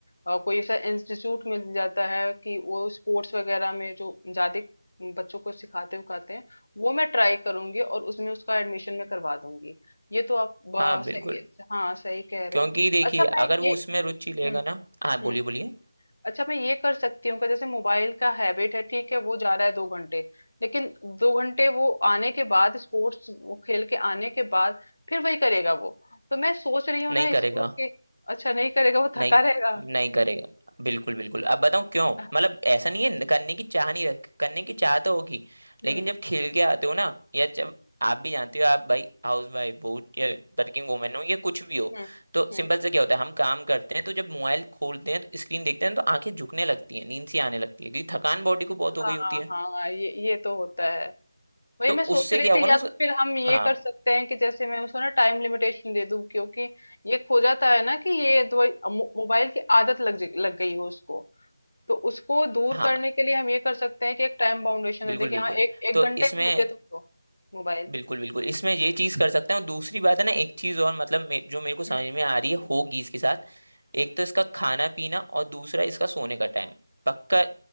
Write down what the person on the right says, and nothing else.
हाँ बिल्कुल
क्योंकि
देखिए
अगर
वो उसमें रुचि
लेगा ना हाँ बोलिए
बोलिए
नहीं
करेगा
नहीं
नहीं करेगा बिल्कुल बिल्कुल अब बताऊं क्यों
मतलब ऐसा नहीं है करने की चाह नहीं रख करने की
चाह तो होगी
लेकिन जब खेल के आते हो ना या जब आप भी जानते हो आप भाई हाउस वाइफ हो या वर्किंग वुमेन हो या कुछ भी हो
तो
सिंपल से क्या होता है हम काम करते हैं तो जब मोबाइल खोलते हैं तो स्क्रीन देखते हैं तो आंखें झुकने लगती हैं नींद सी आने लगती है क्योंकि थकान बॉडी को बहुत हो
गई होती है
तो
उससे
क्या होगा
ना
स-
हाँ
हाँ
बिल्कुल
बिल्कुल
तो
इसमें
बिल्कुल बिल्कुल इसमें ये चीज कर सकते हैं और दूसरी बात है ना एक चीज और मतलब मे, जो मेरे को समझ
में आ रही है
होगी इसके साथ
एक तो इसका खाना पीना और दूसरा इसका सोने का टाइम पक्का